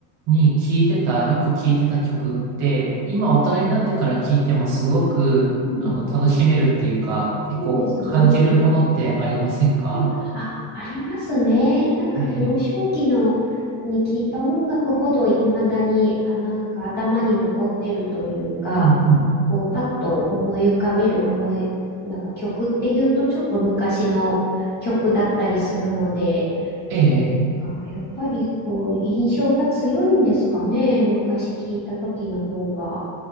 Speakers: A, on the right (about 70°); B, on the left (about 25°).
A: に聞いてた、よく聞いてた曲って、
B: ん、
A: 今大人になってから聞いてもすごく、
B: うん
A: あの、楽しめるっていうか、結構感じるものってありませんか
B: そうですね。うんあ、ありますね。なんか幼少期のに聞いた音楽ほどいまだにあなんか頭に残ってるというか、
A: ええ。うんうん。
B: こうパッと思い浮かべる思い、なんか曲っていうとちょっと昔の曲だったりするので、
A: ええ、ええ
B: なんかやっぱりこう印象が強いんですかね。昔聞いた時の方が。